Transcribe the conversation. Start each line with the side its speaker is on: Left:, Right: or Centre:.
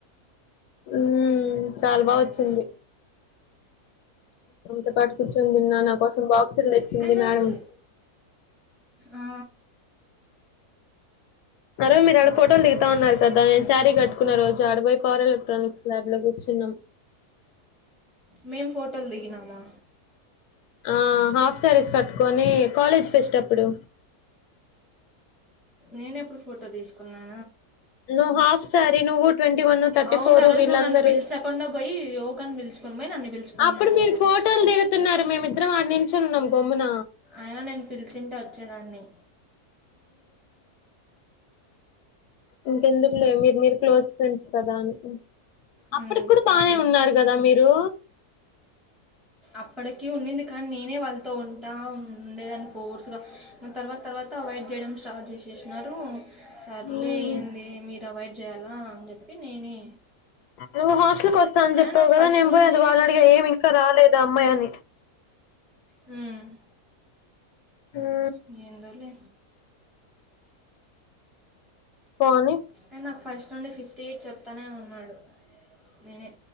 Left: హ్మ్ చాలా బా వచ్చింది
Centre: ఆయన
Left: నాతో పాటు కూర్చొని తిన్నా నా కోసం బాక్సులు తెచ్చింది
Centre: ఆయన
Left: మేడం
Centre: అసలు ఆ,
Left: ఆరోజు మీరు ఆడ
Centre: బాగా
Left: ఫోటోలు
Centre: క్లోజ్
Left: దిగుతా
Centre: అయినారు
Left: ఉన్నారు కదా నేను సారీ కట్టుకున్న రోజు ఆడపోయి పవర్ ఎలక్ట్రానిక్స్ ల్యాబ్ లో కూర్చున్నాం
Centre: మేం ఫోటోలు దిగినామా
Left: ఆ హాఫ్ సారీస్ కట్టుకొని కాలేజ్ ఫెస్ట్ అప్పుడు
Centre: నేనెప్పుడు ఫోటో తీసుకున్నా
Left: నువ్వు హాఫ్ సారీ నువ్వు ట్వంటీ వన్ థర్టీ
Centre: అవును
Left: ఫోరు
Centre: ఆ రోజు
Left: వీళ్ళందరూ
Centre: నువ్వు నన్ను పిలిచకుండా పోయి యోగాని పిలుచుకొని పోయి నన్ను పిలుచుకొని
Left: అప్పుడు
Centre: పోలే
Left: మీరు ఫోటోలు దిగుతున్నారు మేమిద్దరం ఆడ నుంచోని ఉన్నాం గమ్మున
Centre: ఆయన నేను పిలిచింటే వచ్చేదాన్ని
Left: ఇంకెందుకులే మీరు మీరు క్లోస్ ఫ్రెండ్స్ కదా అని
Centre: మ్మ్,
Left: అప్పటికి కూడా
Centre: సర్లే
Left: బానే ఉన్నారు కదా మీరు
Centre: అప్పటికి ఉన్నింది కానీ నేనే వాళ్ళతో ఉంటా ఉండేదాన్ని ఫోర్స్గా తర్వాత తర్వాత అవాయిడ్ చేయడం స్టార్ట్ చేసేసి న్నారు సర్లే
Left: ఉమ్
Centre: ఏంది మీరు అవాయిడ్ చేయాలా అని చెప్పి నేనే
Left: నువ్వు హాస్టల్కి వస్తా అని
Centre: అయినా
Left: చెప్పావు
Centre: నాకు
Left: కదా
Centre: ఫస్ట్
Left: నేను
Centre: నుండి
Left: పోయి అది వాళ్ళని అడిగా ఏమి ఇంకా రాలేదు ఆ అమ్మాయి అని
Centre: హ్మ్
Left: మ్మ్,
Centre: ఏందోలే
Left: పోని
Centre: అండ్ నాకు ఫస్ట్ నుండి ఫిఫ్టీ ఎయిట్ చెప్తానే ఉన్నాడు నేనే